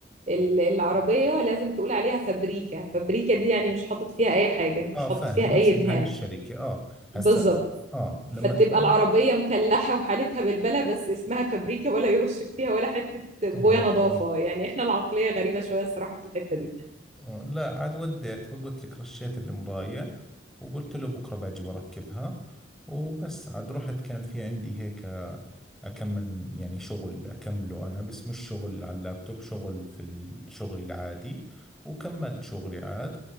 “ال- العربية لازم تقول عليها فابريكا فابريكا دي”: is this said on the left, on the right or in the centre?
Right